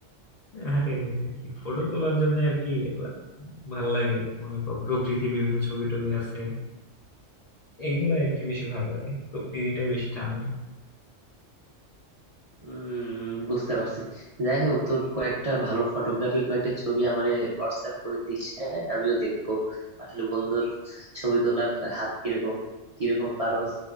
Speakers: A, on the left; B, on the right.
A: আরে কি ফটো তোলার জন্য আর কি লা- ভাল লাগে আর কি মনে কর প্রকৃতির বিভিন্ন ছবি টবি আছে এইগুলো আর কি বেশি ভালো লাগে প্রকৃতিটাই বেশি টানে
B: উম বুঝতে পারছি যাই হোক তোর কয়েকটা ভালো ফটোগ্রাফির কয়েকটা ছবি আমারে হোয়াটসঅ্যাপ করে দিস হ্যাঁ আমিও দেখবো আসলে বন্ধুর ছবি তোলার হাত কিরকম কিরকম পারস